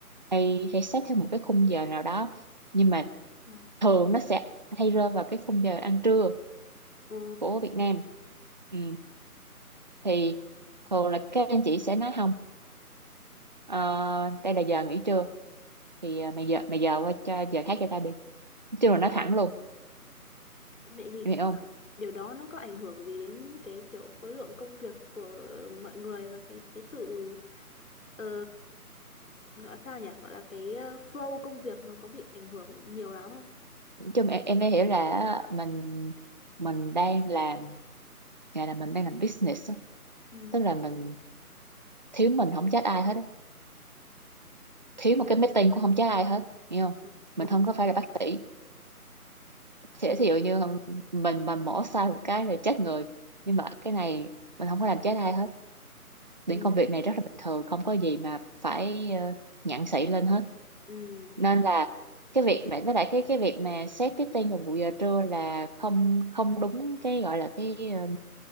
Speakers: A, on the right; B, on the left.
A: hay hay xét theo một cái khung giờ nào đó nhưng mà
B: ờ.
A: thường nó sẽ hay rơi vào cái khung giờ ăn trưa
B: Ừ.
A: của Việt Nam ừ. thì thường là các anh chị sẽ nói không ờ, đây là giờ nghỉ trưa thì ờ, mày giờ mày giờ qua cho giờ khác cho tao đi nói chung là nói thẳng luôn
B: vậy thì
A: em hiểu không
B: điều đó nó có ảnh hưởng gì đến cái kiểu khối lượng công việc của mọi người và cái cái sự ờ, gọi là sao nhỉ gọi là cái ờ, flow công việc nó có bị ảnh hưởng nhiều lắm không
A: nói chung em, em mới hiểu là mình mình đang làm gọi là mình đang làm business á.
B: ừ
A: tức là mình thiếu mình không trách ai hết á thiếu một cái meeting cũng không chết ai hết hiểu không
B: ừ
A: mình không có phải là bác sĩ sẽ
B: ừ
A: thí dụ như mình mà mổ sai một cái là chết người nhưng mà cái này mình không có làm chết ai hết những
B: ừ
A: công việc này rất là bình thường không có gì mà phải uh, nhặng xị lên hết
B: ừ ừ
A: nên là cái việc mà với lại cái cái việc mà xét meeting vào buổi giờ trưa là không không đúng cái gọi là cái ờ,